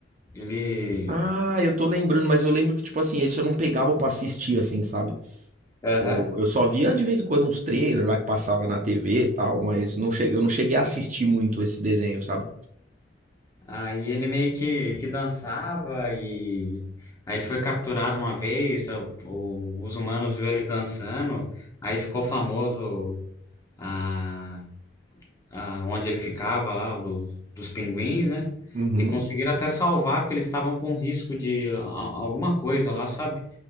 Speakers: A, on the left; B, on the right.
A: Ele,
B: Ah, eu tô lembrando, mas eu lembro que, tipo assim, esse eu não pegava pra assistir, assim, sabe?
A: Aham.
B: Eu, eu só via de vez em quando uns trailers lá que passava na TV e tal, mas não cheguei, eu não cheguei a assistir muito esse desenho, sabe?
A: Aí ele meio que, que dançava e aí ele foi capturado uma vez. o- o- os humanos viu ele dançando. Aí ficou famoso. a, a- onde ele ficava lá, do- dos pinguins, né?
B: Uhum.
A: E conseguiram até salvar, porque eles estavam com risco de a- alguma coisa lá, sabe?